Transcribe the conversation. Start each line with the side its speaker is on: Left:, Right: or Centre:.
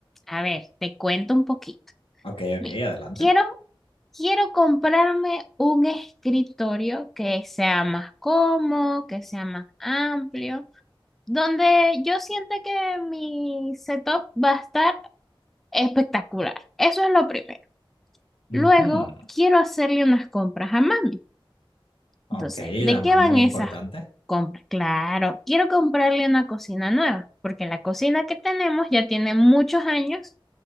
Centre: A ver, te cuento un poquito.
Left: Ok, ok,
Centre: Mira,
Left: adelante.
Centre: quiero, quiero comprarme un escritorio que sea más cómodo, que sea más amplio, donde yo sienta que mi setup va a estar espectacular. Eso es lo primero.
Left: Ujú.
Centre: Luego, quiero hacerle unas compras a mami
Left: Ok,
Centre: entonces, ¿de
Left: la mami
Centre: qué van
Left: muy
Centre: esas
Left: importante.
Centre: compras? Claro, quiero comprarle una cocina nueva, porque la cocina que tenemos ya tiene muchos años